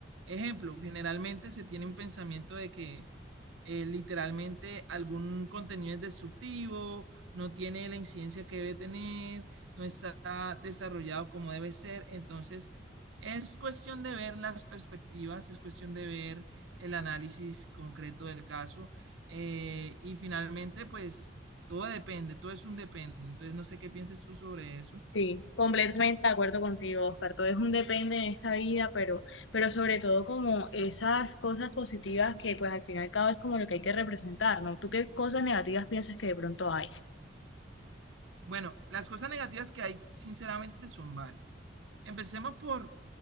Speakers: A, on the right; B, on the left.
A: Ejemplo, generalmente se tiene un pensamiento de que eh, literalmente algún contenido es destructivo, no tiene la incidencia que debe tener, no está desarrollado como debe ser. Entonces, es cuestión de ver las perspectivas, es cuestión de ver el análisis concreto del caso. eh, y finalmente, pues, todo depende, todo es un depende. Entonces, no sé qué piensas tú sobre eso.
B: Sí, completamente de acuerdo contigo, Oscar. Todo es un depende en esta vida, pero, pero sobre todo como esas cosas positivas que pues al final y al cabo es como lo que hay que representar, ¿no? ¿Tú qué cosas negativas piensas que de pronto hay?
A: Bueno, las cosas negativas que hay, sinceramente, son varias. Empecemos por,